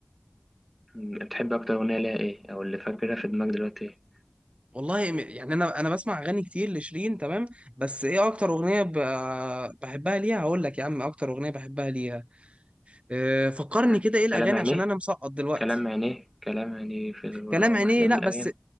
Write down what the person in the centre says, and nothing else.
بتحب أكتر أغنية ليها إيه أو اللي فاكرها في دماغك دلوقتي إيه
بتاعت
كلام عينيه
كلام عينيه كلام عينيه في الغرام
أحلى من
الأغاني